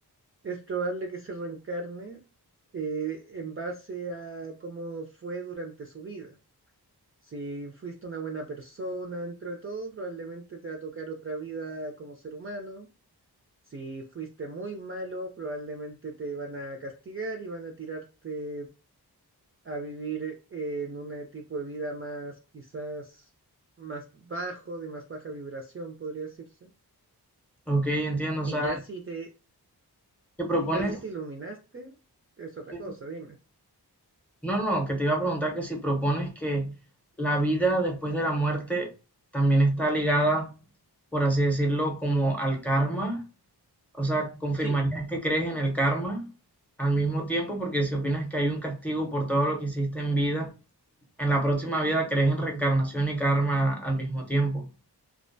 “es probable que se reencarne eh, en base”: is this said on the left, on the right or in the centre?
Right